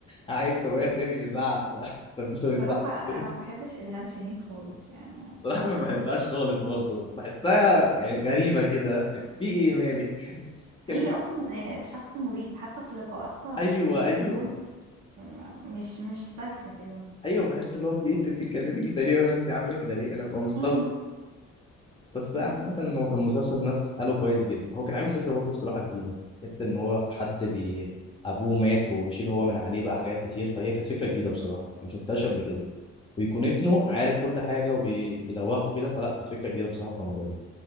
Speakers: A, on the left; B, on the right.
A: عيل صغير تاني بيزعق <laughs> طب انت بتزعق
B: صراحة انا
A: ليه
B: ما بحبش الهام شاهين خالص يعني
A: صراحه انا ما بحبهاش
B: ما-
A: خالص برضه بحسها يعني غريبه كده في ايه مالك اتكلم
B: هي اصلا شخص مريب حتى في لقاءاتها
A: ايوه
B: في التلفزيون
A: ايوه
B: م- مش مش سالكة كده
A: ايوه بحس اللي هو في ايه انت بتتكلمي كده ليه ولا انت عامله كده ليه انا ببقى مستغرب
B: امم
A: بس عامة هو كان مسلسل ناس قالوا كويس جدا هو كان عامل فكرة برضه بصراحة جديدة حتة إن هو حد بي أبوه مات ويشيل هو من عليه بقى حاجات كتير فهي كانت فكرة جديدة بصراحة أنا ما شفتهاش قبل كده ويكون ابنه عارف كل حاجة وبيدوخه كده فلا كانت فكرة جديدة بصراحة في رمضان